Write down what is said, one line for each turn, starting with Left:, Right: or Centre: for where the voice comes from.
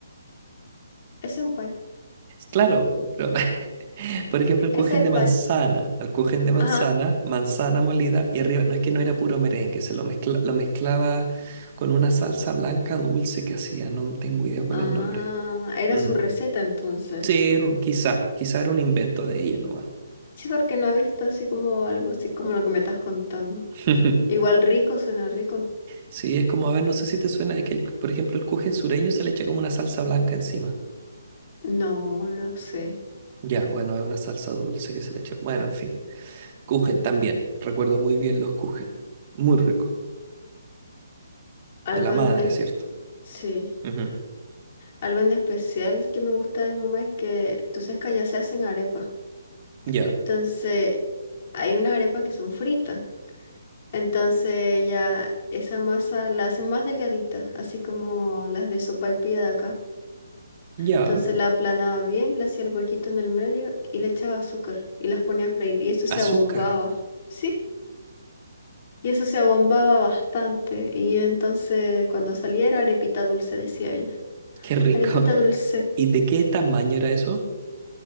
Left: Ese es un pie,
Right: Claro, pero <laughs> Por ejemplo, el
Left: ese
Right: kuchen
Left: es el
Right: de
Left: pie.
Right: manzana. Al kuchen de manzana,
Left: Ajá.
Right: manzana molida y arriba, no es que no era puro merengue, se lo, mezcla- lo mezclaba con una salsa blanca dulce que hacía, no tengo idea cuál
Left: Ah,
Right: es el nombre.
Left: era
Right: Mm.
Left: su receta entonces.
Right: Sí, era un- quizá, quizá era un invento de ella nomás.
Left: Sí, porque no he visto así como algo así como lo que me estás contando.
Right: <laughs>
Left: Igual rico, suena rico.
Right: Sí, es como, a ver, no sé si te suena, es que, el- por ejemplo, el kuchen sureño se le echa como una salsa blanca encima.
Left: No, no sé.
Right: Ya, bueno, es una salsa dulce que se le echa. Bueno, en fin. Kuchen también. Recuerdo muy bien los kuchen. Muy rico.
Left: Algo
Right: De la madre,
Left: en
Right: ¿cierto?
Left: Sí,
Right: Ujú.
Left: algo en especial que me gusta de mi mamá es que, tú sabes que allá se hacen arepas.
Right: Ya.
Left: Entonces, hay unas arepas que son fritas. Entonces, ella esa masa la hace más delgadita, así como las de sopaipilla de acá.
Right: Ya,
Left: Entonces, la aplanaba bien, le hacía el huequito en el medio y le echaba azúcar y las ponía a freír. Y eso se
Right: azúcar,
Left: abombaba, ¿sí? Y eso se abombaba bastante. Y entonces, cuando salía era arepita dulce, decía ella.
Right: qué rico.
Left: Arepita
Right: <laughs>
Left: dulce.
Right: ¿Y de qué tamaño era eso?